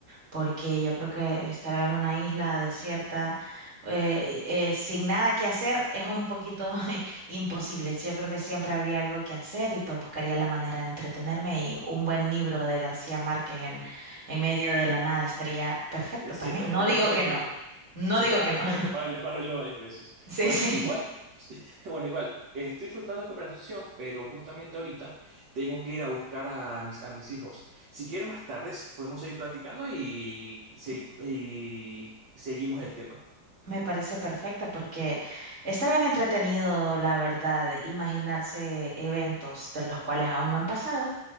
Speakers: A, on the right; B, on the right.
A: porque yo creo que estar en una isla desierta, eh, eh, sin nada que hacer, es un poquito <laughs> imposible. Yo creo que siempre habría algo que hacer y pues buscaría la manera de entretenerme y un buen libro de García Márquez en, en medio de la nada estaría perfecto
B: <laughs> Sí,
A: también.
B: esta, esta
A: No digo
B: era perfecta.
A: que no, no
B: Este
A: digo
B: era
A: que
B: perfecto
A: no. <laughs>
B: para leer- <laughs> para leerlo varias veces.
A: Sí,
B: Bueno,
A: sí.
B: igual, <laughs> bueno, igual, estoy disfrutando la conversación, pero justamente ahorita tengo que ir a buscar a mis, a mis hijos. Si quieren más tarde podemos seguir platicando y, se- y seguimos el tema. <laughs>
A: Me parece perfecto porque está bien entretenido, la verdad, imaginarse eventos de los cuales aún no han pasado